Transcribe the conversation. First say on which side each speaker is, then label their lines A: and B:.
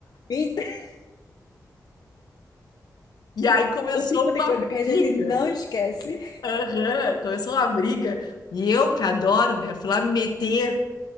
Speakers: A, on the left; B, on the left.
A: Então, <laughs>
B: E aí começou
A: O tipo de
B: uma
A: coisa que a
B: briga.
A: gente não esquece.
B: Aham, começou uma briga. E eu, que adoro, né? Fui lá me meter,